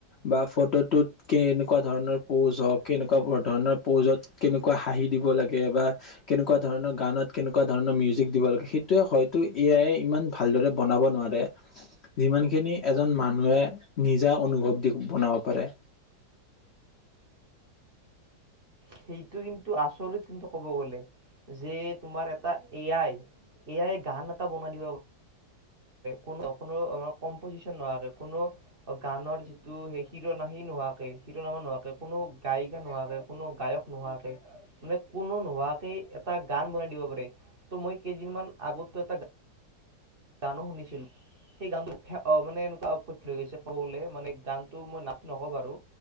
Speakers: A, on the left; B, on the right.
A: বা ফটোটোত কেনেকুৱা ধৰণৰ প'জ হওঁক কেনেকুৱা ধৰণৰ প'জত কেনেকুৱা হাঁহি দিব লাগে বা কেনেকুৱা ধৰণৰ গানত কেনেকুৱা ধৰণৰ মিউজিক দিব লাগে সেইটোৱে হয়তো এ আইয়ে ইমান ভালদৰে বনাব নোৱাৰে যিমানখিনি এজন মানুহে নিজা অনুভৱ দি বনাব পাৰে
B: সেইটো কিন্তু আচৰিত কিন্তু কব গলে যে তোমাৰ এটা এ আই এ আই গান এটা বনাই দিব পাৰ কোনো কোনো কম্পজিচন নোহোৱাকে কোনো গানৰ যিটো সেই হিৰনা সি নোহোৱাকে হিৰোনামা নোহোৱাকে কোনো গায়িকা নোহোৱাকে কোনো গায়ক নোহোৱাকে মানে কোনো নোহোৱাকে এটা গান বনাই দিব পাৰে ত' মই কেইদিনমান আগতো এটা গান গানো শুনিছিলো সেই গানটো মানে এনেকুৱা অপক্ষ হৈ গৈছে ক'বলে মানে গানটো মই নাট নকবাৰু